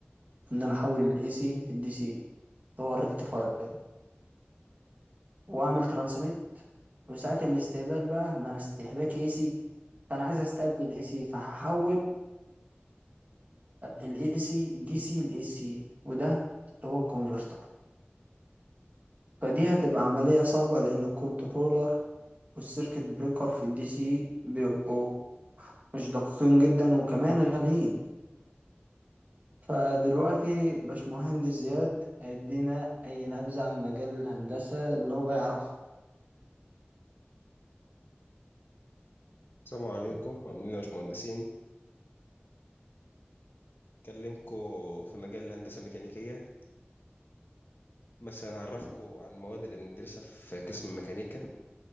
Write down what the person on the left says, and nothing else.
السلام عليكم عاملين إيه يا باشمهندسين أكلمكم في مجال الهندسة الميكانيكية مثلا هعرفكم على المواد اللي بندرسها في قسم الميكانيكا